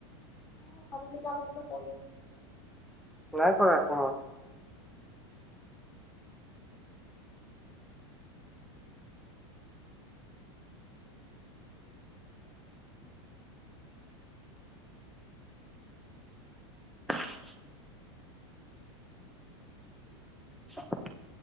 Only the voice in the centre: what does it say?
নাই কৰা <unintelligible> <inaudible> <inaudible>